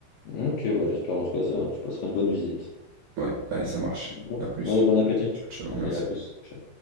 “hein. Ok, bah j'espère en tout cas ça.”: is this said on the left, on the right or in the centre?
Left